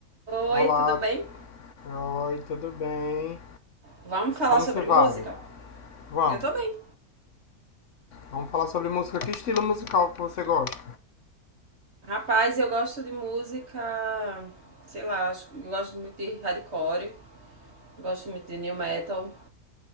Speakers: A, on the right; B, on the left.
A: Oi,
B: Olá,
A: tudo bem?
B: oi, tudo bem?
A: Vamos falar
B: Como
A: sobre
B: você vai?
A: música?
B: Vamos,
A: Eu tô bem.
B: vamos falar sobre música. Que estilo musical que você gosta?
A: Rapaz, eu gosto de música, sei lá, acho que eu gosto muito de hardcore, gosto muito de new metal.